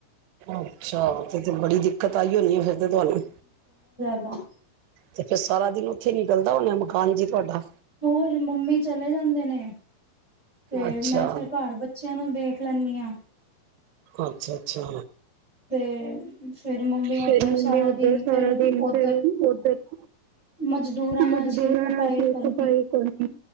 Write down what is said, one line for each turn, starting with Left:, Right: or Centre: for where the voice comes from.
Right: ਅੱਛਾ ਤੇ ਤੇ ਬੜੀ ਦਿੱਕਤ ਆਈ ਹੋਣੀ ਐ ਫੇਰ ਤੇ ਤਹਾਨੂੰ
Centre: <inaudible>
Right: ਤੇ ਫਿਰ ਸਾਰਾ ਦਿਨ ਉੱਥੇ ਨਿਕਲਦਾ ਹੋਣਾ ਮਕਾਨ ਚੀ ਤੁਹਾਡਾ
Centre: ਹੋਰ ਮੰਮੀ ਚਲੇ ਜਾਂਦੇ ਨੇ। ਤੇ
Right: ਅੱਛਾ
Centre: ਮੈਂ ਫਿਰ ਘਰ ਬੱਚਿਆਂ ਨੂੰ ਦੇਖ ਲੰਨੀ ਆਂ।
Right: ਅੱਛਾ, ਅੱਛਾ।
Centre: ਤੇ ਫੇਰ ਮੰਮੀ ਓਧਰ
Right: ਫੇਰ ਮੰਮੀ
Centre: ਸਾਰਾ
Right: ਉੱਧਰ
Centre: ਦਿਨ
Right: ਸਾਰਾ
Centre: ਫਿਰ
Right: ਦਿਨ
Centre: ਓਧਰ
Right: ਫਿਰ ਉੱਧਰ
Centre: ਮਜ਼ਦੂਰਾਂ ਨਾਲ
Right: ਮਜ਼ਦੂਰਾਂ
Centre: ਸਿਰ ਖਪਾਈ
Right: ਨਾਲ ਸਿਰ
Centre: ਕਰਨੀ।
Right: ਖਪਾਈ ਕਰਨੀ